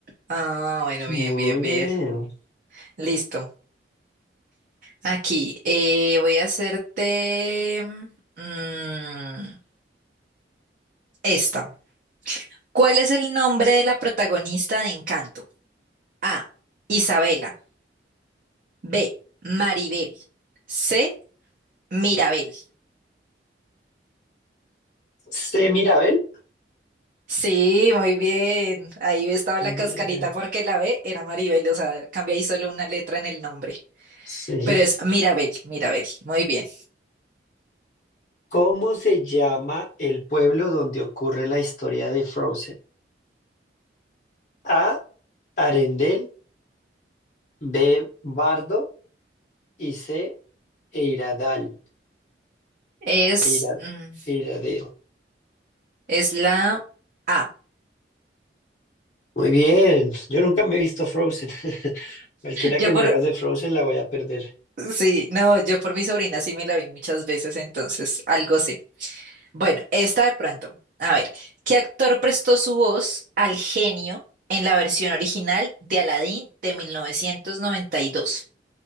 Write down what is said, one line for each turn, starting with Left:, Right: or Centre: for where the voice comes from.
Right: Ah, bueno,
Left: Muy
Right: bien, bien, bien.
Left: bien.
Right: Listo. Aquí, eh, voy a hacerte mm, mm, esta. ¿Cuál es el nombre de la protagonista de Encanto? A. Isabela. B. Maribel. C. Mirabel.
Left: C, Mirabel.
Right: Sí, muy bien. Ahí estaba
Left: Bien,
Right: la cascarita porque la B era Maribel, o sea, cambié ahí solo una letra en el nombre.
Left: Sí.
Right: Pero es Mirabel, Mirabel. Muy bien.
Left: ¿Cómo se llama el pueblo donde ocurre la historia de Frozen? A, Arendel. B, Bardo. Y C, Eiradal.
Right: Es,
Left: Eira-
Right: mm,
Left: Eiradeo.
Right: es la A.
Left: Muy bien. Yo nunca me he visto Frozen. <laughs> Cualquiera
Right: Yo
Left: que me
Right: por,
Left: hagas de Frozen la voy a perder.
Right: Sí, no, yo por mi sobrina sí me la vi muchas veces, entonces algo sé. Bueno, esta de pronto. A ver, ¿qué actor prestó su voz al genio en la versión original de Aladdin de 1992?